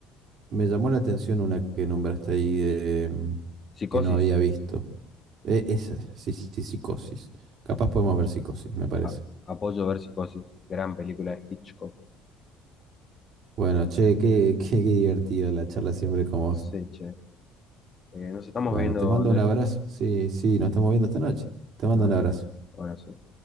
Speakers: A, on the right; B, on the left.
A: Me llamó la atención una que nombraste ahí de, em,
B: Psicosis.
A: que no había visto. Eh, esa, sí, sí, psicosis. Capaz podemos ver psicosis, me parece.
B: A- apoyo ver Psicosis. Gran película de Hitchcock.
A: Bueno, che, qué, <laughs> qué, qué divertido la charla siempre con vos.
B: Sí, che. Eh, nos estamos
A: Bueno,
B: viendo,
A: te mando
B: Andrés.
A: un abrazo. Sí, sí, nos estamos viendo esta noche. Te mando
B: Dale.
A: un abrazo.
B: Abrazo.